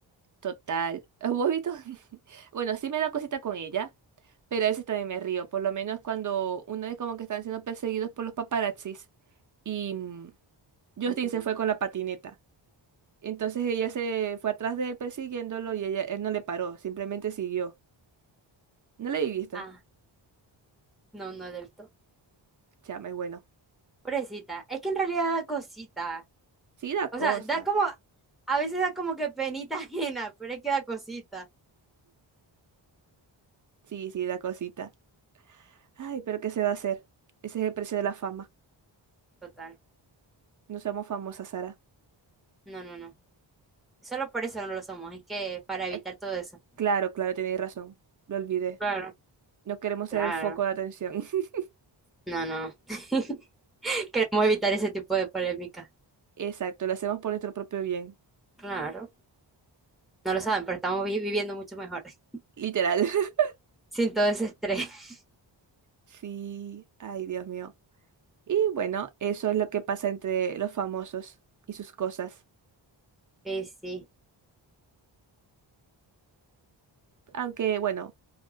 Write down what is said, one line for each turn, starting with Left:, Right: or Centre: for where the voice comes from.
Right: Total. Eh, ¿Vos has visto? <laughs> Bueno, sí me da cosita con ella, pero a veces también me río. Por lo menos cuando uno es como que están siendo perseguidos por los paparazzis. Y. mm, Justin
Centre: Ujú.
Right: se fue con la patineta. Entonces ella se fue atrás de él persiguiéndolo y ella, él no le paró, simplemente siguió. No le he visto.
Centre: Ah, no, no acepto.
Right: Chama, es bueno.
Centre: Pobrecita. Es que en realidad da cosita.
Right: Sí da
Centre: O
Right: cosa.
Centre: sea, da como, a veces da como que penita <laughs> ajena, pero es que da cosita.
Right: Sí, sí da cosita. Ay, pero ¿qué se va a hacer? Ese es el precio de la fama.
Centre: Total.
Right: No somos famosas, Sara.
Centre: No, no, no. Solo por eso no lo somos. Es que para evitar
Right: Eh,
Centre: todo eso.
Right: claro, claro, tenéis razón. Lo olvidé.
Centre: Claro,
Right: No queremos ser
Centre: claro,
Right: el foco de atención. <laughs>
Centre: No, no. <laughs> Queremos evitar ese tipo de polémica.
Right: Exacto, lo hacemos por nuestro propio bien.
Centre: claro. No lo saben, pero estamos vi- viviendo mucho mejor. <laughs>
Right: Literal. <laughs>
Centre: Sin todo ese estrés. <laughs>
Right: Sí, ay, Dios mío. Y bueno, eso es lo que pasa entre los famosos y sus cosas.
Centre: Sí, sí.
Right: Aunque, bueno.